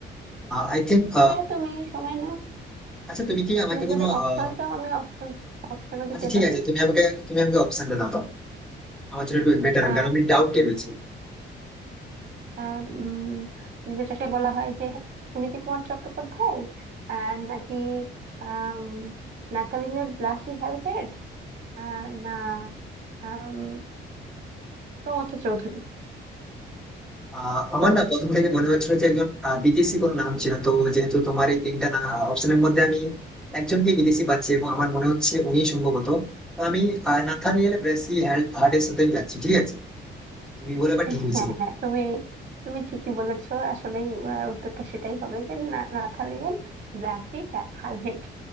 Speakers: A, in the centre; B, on the right.
A: I think
B: হ্যাঁ তুমি সময় নাও
A: আচ্ছা তুমি কি আমাকে
B: তুমি
A: কোনো
B: যদি অপশন
A: আহ,
B: চাও আমি অপশন অপশনও দিতে
A: আচ্ছা ঠিক
B: পারি
A: আছে তুমি আমাকে তুমি আমাকে অপশনটা দাও তো। আমার জন্য একটু বেটার
B: আহ,
A: হবে কারণ আমি ডাউটে রয়েছি
B: আহ, উম, যেটাকে বলা হয় যে সুনীতি কুমার চট্টোপাধ্যায় আর নাকি আম, নাথালিনের ব্লাসি হ্যালহেড আহ, না আম, প্রমথ চৌধুরী
A: আহ আমার
B: বলো
A: না প্রথম থেকে মনে হচ্ছিল যে একজন আহ, বিদেশি কোন নাম ছিল তো যেহেতু তোমার এই তিনটা না অপশনের মধ্যে আমি একজনকে বিদেশি পাচ্ছি এবং আমার মনে হচ্ছে উনি সম্ভবত তো আমি আহ, নাথানিয়েল ব্রেসি হার্ডের সাথে আমি যাচ্ছি ঠিক আছে তুমি বলে এবার
B: হ্যাঁ
A: ঠিক হয়েছিল
B: হ্যাঁ তুমি তুমি ঠিকই বলেছো আসলেই আহ, উত্তরটা সেটাই হবে যে না- নাথালিন ব্লাসি হ্যালহেড